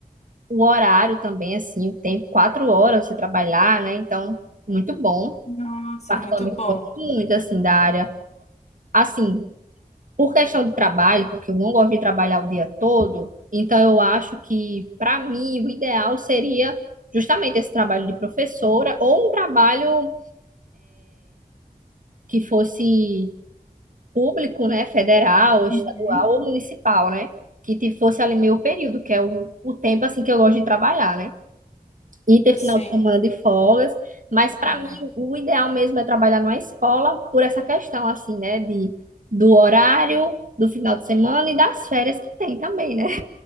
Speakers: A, on the right (about 60°); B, on the left (about 45°).
A: O horário também assim, tem quatro horas você trabalhar, né? Então, muito bom.
B: Nossa,
A: Particularmente
B: é muito bom.
A: gosto muito assim da área. Assim, por questão de trabalho, porque eu não gosto de trabalhar o dia todo, então eu acho que, para mim, o ideal seria justamente esse trabalho de professora ou um trabalho que fosse público, né, federal, estadual
B: Uhum.
A: ou municipal, né, que te- fosse ali meio período, que é o, o tempo, assim, que eu gosto de trabalhar, né, e ter final
B: Sim.
A: de semana de folgas, mas para
B: Ai.
A: mim o ideal mesmo é trabalhar numa escola por essa questão, assim, né, de, do horário, do final de semana e das férias que tem também, né?